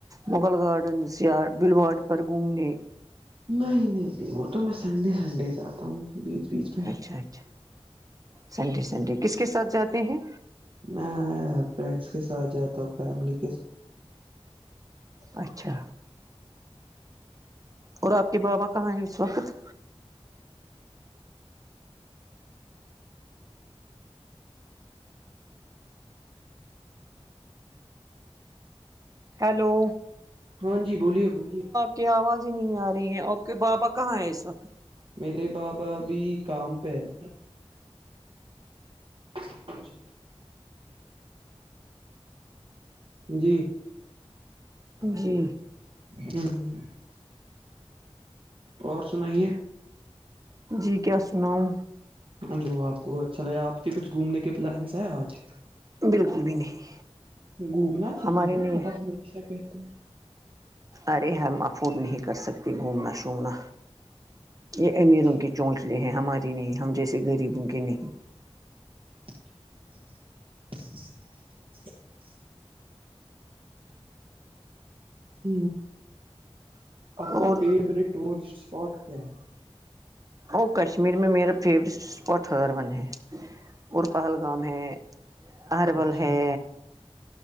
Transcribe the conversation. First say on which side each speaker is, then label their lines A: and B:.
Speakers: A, on the right; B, on the right.
A: مغل گارڈنز یا بلواڑ پر گھومنے
B: نہیں نہیں نہیں وہ تو میں سنڈے سنڈے جاتا ہوں بیچ بیچ میں
A: اچھا اچھا سنڈے سنڈے کس کے ساتھ جاتے ہیں
B: میں فرینڈس کے ساتھ جاتا ہوں فیملی کے
A: اچھا اور آپ کے بابا کہاں ہے اس وقت ہیلو
B: ہاں جی بولیے بولیے
A: کہ آواز ہی نہیں آ رہی ہے اوکے بابا کہاں ہے اس وقت
B: میرے بابا ا بھیھی کام پہ ہے اچھ جی
A: جی
B: ہوں اور سنائیے
A: جی کیا سناؤ
B: جو آپ کو اچھا لگےا آپ کے کچھ گھومنے کے پلانس ہے آج
A: بالکل بھی نہیں
B: گھومنا چاہیے
A: ہمارے
B: نا
A: لیے
B: آپ آپ ہمیشہ کہتے ہیں
A: ارے ہم افورڈ نہیں کر سکتے گھومنا شومنا
B: اچھا
A: یہ امیروں
B: اچھا
A: کی چونچ لے ہیں ہماری نہیں ہم جیسے غریبوں کے نہیں
B: اچا ہ آپ کا
A: اور
B: فیورٹ ٹورسٹ اسپاٹ کیا ہے
A: اور کشمیر میں میرا فیورٹ اسپاٹ ہر ون ہے اور پہلگام ہے اربول
B: اچھا
A: ہے